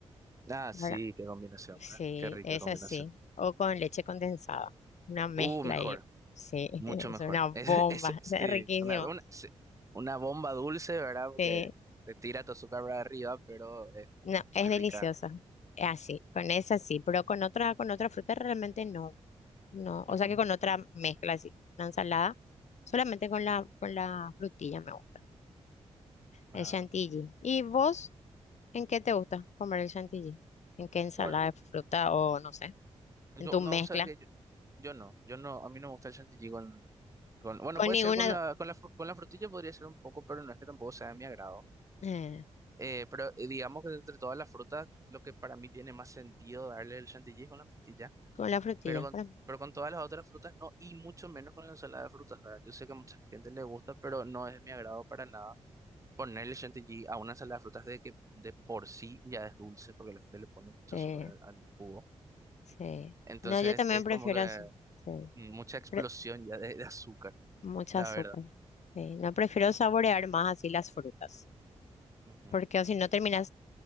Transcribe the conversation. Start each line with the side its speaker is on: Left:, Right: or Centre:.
Right: Ah,
Left: ¿verdad?
Right: sí, qué combinación,
Left: Sí,
Right: ¿verdad? Qué rica
Left: es
Right: combinación.
Left: así. O con leche condensada. Una mezcla
Right: Uh, mejor.
Left: ahí. Sí,
Right: Mucho
Left: <laughs> es
Right: mejor.
Left: una bomba.
Right: <laughs> Es, es- sí,
Left: <laughs> Es riquísimo.
Right: una, una, sí, una bomba dulce, ¿verdad? Porque
Left: Sí.
Right: te tira tu azúcar para arriba, pero es
Left: No, es
Right: muy rica.
Left: deliciosa. Es Así, con esa sí, pero con otra, con otra fruta realmente no. No,
Right: Ujú.
Left: o sea que con otra mezcla así, una ensalada, solamente con la, con la frutilla me gusta.
Right: Ah,
Left: El chantilly. ¿Y vos en qué te gusta comer el chantilly? ¿En qué ensalada
Right: bueno, eh,
Left: de fruta o no sé?
Right: yo
Left: ¿En tu
Right: no,
Left: mezcla?
Right: sabes que yo, yo no, yo no, a mí no me gusta el chantilly con, con, bueno,
Left: Con
Right: puede
Left: ninguna,
Right: ser con la, con la, fru- con la frutilla podría ser un poco, pero no es que tampoco sea de mi agrado.
Left: eh,
Right: Eh, pero eh, digamos que entre todas las frutas, lo que para mí tiene más sentido darle el chantilly es con la frutilla.
Left: con la frutilla,
Right: pero con,
Left: para mí.
Right: pero con todas las otras frutas no, y mucho menos con la ensalada de frutas, ¿verdad? Yo sé que a mucha gente le gusta, pero no es de mi agrado para nada ponerle chantilly a una ensalada de frutas de que de por sí ya es dulce, porque la gente le pone mucho
Left: Sí,
Right: azúcar al, al jugo.
Left: sí.
Right: Entonces
Left: No, yo también
Right: es
Left: prefiero
Right: como que
Left: así. Sí.
Right: mucha explosión
Left: Pre-
Right: ya de, de azúcar,
Left: mucha
Right: la
Left: azúcar.
Right: verdad.
Left: Sí, No prefiero saborear más así las frutas.
Right: Ujú.
Left: porque o si no terminas